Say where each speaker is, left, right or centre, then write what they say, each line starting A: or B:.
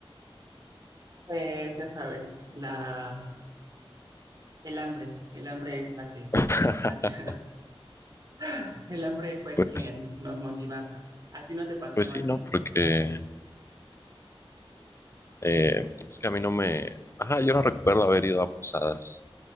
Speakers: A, on the right; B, on the left.
A: Pues ya sabes, la, el hambre, el hambre es la que,
B: <laughs>
A: la que- <laughs> el hambre fue
B: Pues,
A: quien nos motivaba. ¿A ti no te pasó
B: pues
A: algo
B: sí,
A: así?
B: ¿no? Porque Eh, es que a mí no me... Ajá, yo no recuerdo haber ido a posadas.